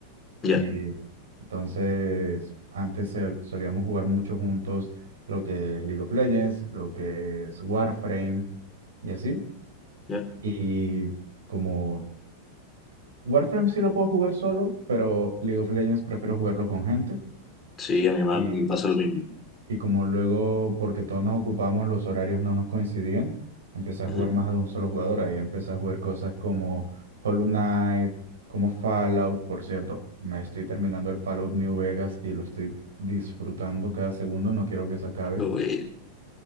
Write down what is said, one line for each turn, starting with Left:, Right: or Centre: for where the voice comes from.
Left: Ya.
Right: Y entonces, antes se- solíamos jugar mucho juntos lo que es League of Legends, lo que es Warframe y así.
Left: Ya.
Right: Y como Warframe sí lo puedo jugar solo, pero League of Legends prefiero jugarlo con gente.
Left: Sí, a mí me
Right: Y,
Left: me pasó lo mismo.
Right: y como luego, porque todos nos ocupamos, los horarios no nos coincidían, empecé a jugar
Left: <laughs>
Right: más de un solo jugador. Ahí empecé a jugar cosas como Hollow Knight, como Fallout. Por cierto, me estoy terminando el Fallout New Vegas y lo estoy disfrutando cada segundo. No quiero que se acabe.
Left: Qué bueno,